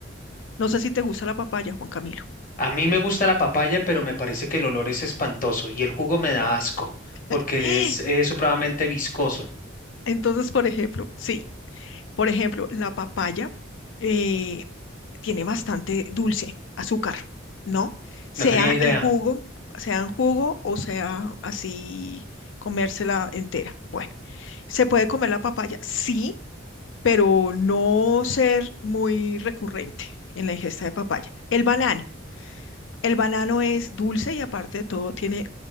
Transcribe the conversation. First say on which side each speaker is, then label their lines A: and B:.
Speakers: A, on the left (about 70°); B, on the left (about 45°).
A: No sé si te gusta la papaya, Juan Camilo.
B: A mí me gusta la papaya, pero me parece que el olor es espantoso y el jugo me da asco, porque
A: <gasps>
B: es, es supremamente viscoso.
A: Entonces, por ejemplo, sí, por ejemplo, la papaya. eh, tiene bastante dulce, azúcar, ¿no? Sea
B: No tenía idea.
A: en jugo, sea en jugo o sea así comérsela entera. Bueno, ¿se puede comer la papaya? Sí, pero no ser muy recurrente en la ingesta de papaya. El banano, el banano es dulce y aparte de todo tiene